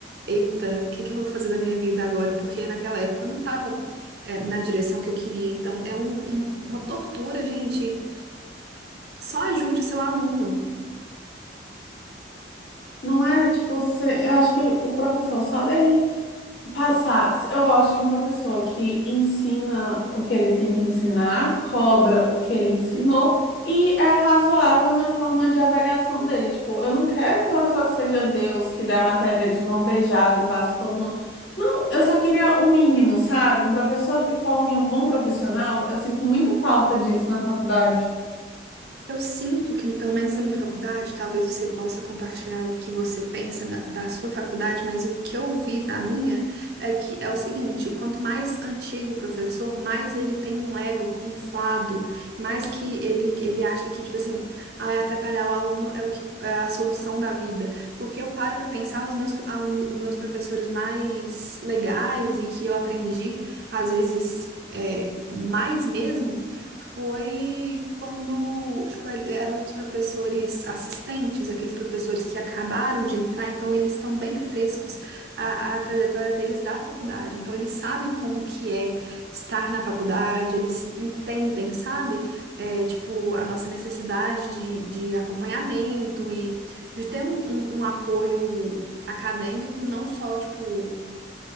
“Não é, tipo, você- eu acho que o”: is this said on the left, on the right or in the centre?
Left